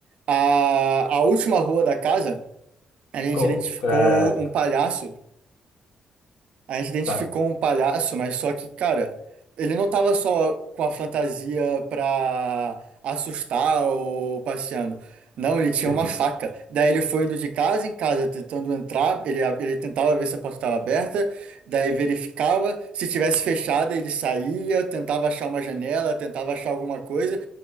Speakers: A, on the right (about 70°); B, on the left (about 80°).
A: A, a última rua da casa, a gente
B: Co-
A: identificou
B: É,
A: um palhaço A gente identificou
B: tá.
A: um palhaço, mas só que, cara, ele não tava só com a fantasia pra assustar ou passeando. Não, ele tinha
B: Sim.
A: uma faca. Daí ele foi indo de casa em casa, tentando entrar. Ele, ele tentava ver se a porta estava aberta, daí verificava. Se tivesse fechada, ele saía, tentava achar uma janela, tentava achar alguma coisa